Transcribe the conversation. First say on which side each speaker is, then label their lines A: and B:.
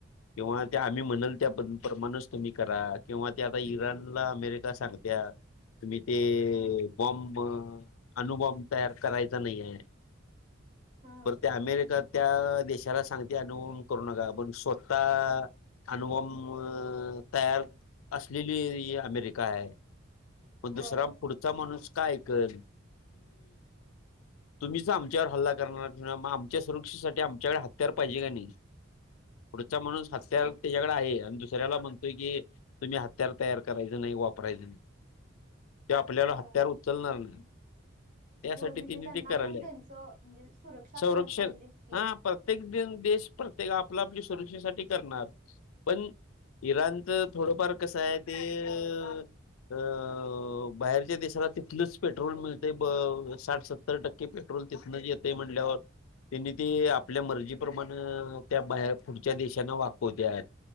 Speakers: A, on the left (about 80°); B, on the right (about 40°).
A: किंवा त्या आम्ही म्हणल त्या प प्रमाण तुम्ही करा किंवा ते आता इराण ला अमेरिका सांगत्या. तुम्ही ते
B: हा
A: बॉम्ब. अनुबॉम्ब तयार करायचा नाही आहे
B: हा
A: पर ते अमेरिक. त्या देशाला सांगते अनुभम करू नका पण स्वतः अनुबॉम्ब. तयार असलेली अ इ अमेरिका आहे पण
B: होय
A: दुसरा पुढ चा माणूस काय की. तुम्हीच आमच्यावर हल्ला करणार मग आमच्या सुरक्षेसाठी आमच्याकडे हत्यार पाहिजे का नाही.
B: <inaudible>
A: पुढचा म्हणून हत्यार त्याच्याकडे आहे आणि दुसऱ्याला म्हण ते की तुम्ही हत्यार तयार करायचं नाही वापरायचं नाही. ते आपल्याला
B: होय
A: हत्यार उचलणार नाही. त्यासाठी
B: हो म्हणजे
A: तिने
B: त्यांना
A: ते करायले
B: पण त्यांचं म्हणजे सुरक्षा
A: संरक्षण
B: करायला पाहिजेच की.
A: हा प्रत्येक दि देश प्रत्येक आपल्या आपली सुरक्षेसाठी करणार पण इराणचं थोडंफार कसं आहे ते. अ बाहेरच्या देशाला तिथलंच पेट्रोल मिळत साठ सत्तर टक्के की पेट्रोल तिथण येते म्हटल्यावर त्यांनी ते आपल्या मर्जीप्रमाण अ त्या बाहेर पुढच्या देशांना वाकवत्यात.